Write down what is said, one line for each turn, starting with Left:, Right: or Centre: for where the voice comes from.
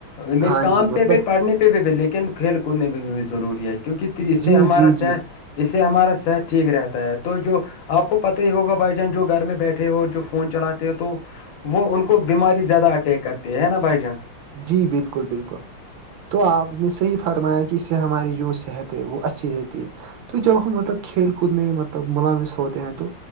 Left: ل
Right: ہاں
Left: کام
Right: جی مطلب
Left: پہ پھر پڑھنے پہ بھی لیکن کھیل کودنے میں بھی ضروری ہے کیونکہ اس
Right: جی
Left: سے ہمارا
Right: جی جی
Left: شہر اس سے ہمارا صحت ٹھیک رہتا ہے تو جو آپ کو پت ہی ہوگا بائی چانس جو گھر میں بیٹھے ہو جو فون چلاتے تو وہ ان کو بیماری زیادہ اٹیک کرتے ہے نا بھائی جان
Right: جی بالکل بالکل تو آپ نے صحیح ہرمایا کہ اس سے ہماری جو صحت ہے وہ اچھی رہتی ہے تو جب ہم مطلب کھیل کود میں مطلب ملاوث ہوتے ہیں تو